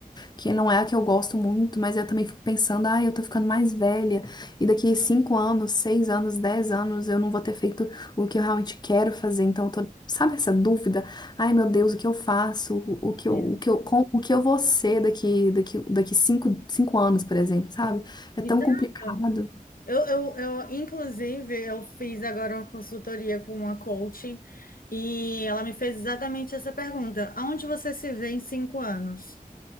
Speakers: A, on the left; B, on the left.
A: que não é a que eu gosto muito, mas eu também fico pensando, ah, eu tô ficando mais velha, e daqui cinco anos, seis anos, dez anos, eu não vou ter feito o que eu realmente quero fazer. Então, eu tô, sabe essa dúvida? Ai, meu Deus, o que eu faço? O, o que
B: Mesmo.
A: eu, o que eu, com, o que eu vou ser daqui, daqui, daqui cinco, cinco anos, por exemplo, sabe? É
B: Exato.
A: tão complicado.
B: Eu, eu, eu, inclusive, eu fiz agora uma consultoria com uma coach e ela me fez exatamente essa pergunta: aonde você se vê em cinco anos?